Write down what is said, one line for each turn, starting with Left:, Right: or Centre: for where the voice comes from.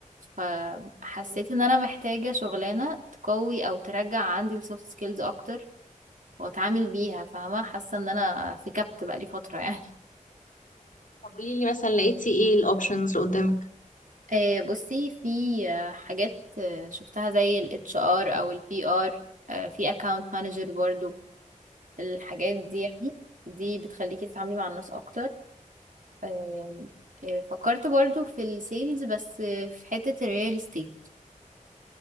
Right: فحسيت
Left: أوكي.
Right: ان انا محتاجة شغلانة تقوي او ترجع عندي السوفت سكيلز اكتر واتعامل بيها فاهمة حاسة ان انا في كبت بقالي فترة يعني
Left: طب قولي لي مثلا لقيتي ايه الاوبشنز اللي قدامك
Right: <laughs> آه، بصي في آه، حاجات آه، شفتها زي ال HR او ال PR آه، في account manager برضو الحاجات دي يعني دي بتخليكي تتعاملي مع الناس اكتر آه، آه، فكرت برضو في السيلز بس آه، في حتة الريال استيت